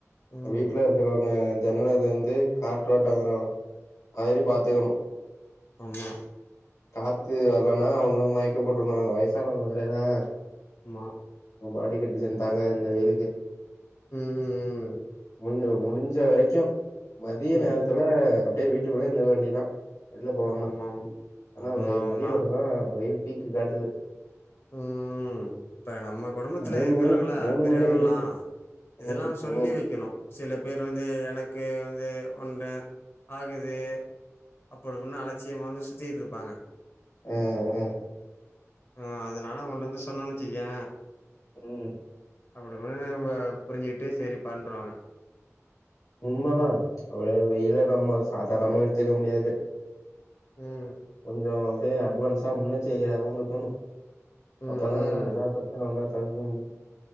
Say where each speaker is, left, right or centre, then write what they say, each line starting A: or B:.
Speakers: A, on the left; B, on the left.
A: ம்.
B: வீட்ல இருக்கிறவ்ங்க ஜன்னல தெறந்து காற்றறோட்ட வரு அதுவரையு பாத்துக்கணு
A: ஆமா
B: காத்து வல்லனா அவ்ங்களு மயக்கப்போட்டு விழுந்துருவாங்க வயசானவங்க வேறையா
A: ம்மா
B: ஒ பாடி கண்டிசன் தாங்காது இந்த வெயிலுக்கு
A: ம் ம், ம்.
B: முன்னு முடிஞ்ச வரைக்கு மதிய
A: ம்.
B: நேரத்த துல்ல அப்டியே வீட்டுக்குள்ளே இருந்துக்க வேண்டியது தா வெள்ல போகாம
A: ஆமாம்.
B: ஆனா
A: ஆமாமா.
B: வெ மதியானத்துல் தா வெயிலு பீக்கு காட்டுது
A: ம் இப்ப நம்ம குடும்பத்துல
B: மூணு
A: இருக்கிறாங்க
B: மணி
A: ள
B: மூணு
A: பெரியவங்கள்லா
B: மணி வெயிலு
A: இதெல்லா
B: ம் ம்
A: சொல்லி
B: ம்
A: வெக்கணு சில பேரு வந்து எனக்கே வந்து ஒன்ற ஆகுது அப்படி உன்ன அலட்சியமா வந்து சுத்திகிட்ருப்பாங்க
B: அ அ
A: ஆ அதனால அவுங்கள்ட்டந்து சொன்னம் வெச்சுக்கயே
B: ம்
A: அப்டிமேத புரிஞ்சிட்டு சேரி பண்றுவாங்க
B: உண்மதா ஒரே வெயில நம்ம சாதாரணமா எடுத்துக்க முடியாது
A: ம்
B: கொஞ்சோ அப்டியே அட்வான்ஸா முன்னெ செய்யற அவுங்களுக்குனு
A: ம்
B: அப்பதா
A: ம்
B: எதாவது பிரச்சன வந்தா தவிர்க்க முடியு